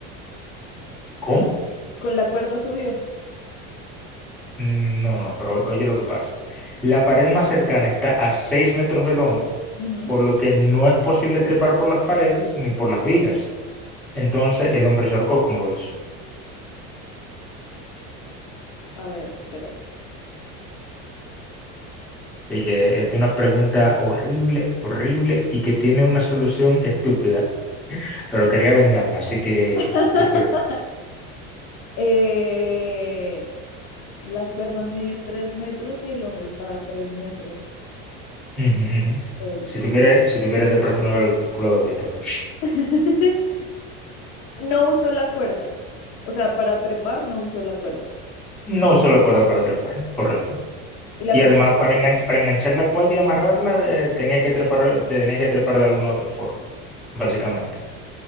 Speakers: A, in the centre; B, on the left.
A: ¿Cómo?
B: Con la cuerda subió.
A: Mm, No, no, no, pero oye lo que pasa. La pared más cercana está a 6 metros del hombre,
B: Ujú.
A: por lo que no es posible trepar por las paredes ni por las vigas. Entonces el hombre se ahorcó. ¿Cómo lo hizo?
B: A ver, espérate.
A: Y que esta es una pregunta horrible, horrible y que tiene una solución estúpida. pero quería vengarme, así que...
B: <laughs>
A: jeje.
B: Eh, la cuerda mide tres metros y el hombre estaba a tres metros
A: Ujú, ujú.
B: solo.
A: Si tú quieres, si tú quieres te presto una calculadora y todo.
B: <laughs> No usó la cuerda. O sea, para trepar no usó la cuerda.
A: No usó la cuerda para trepar, correcto.
B: ¿Y la,
A: Y
B: pre-
A: además para, engan- para enganchar la cuerda y amarrarla eh, tenía que trepar, tenía que trepar de alguna otra forma, básicamente.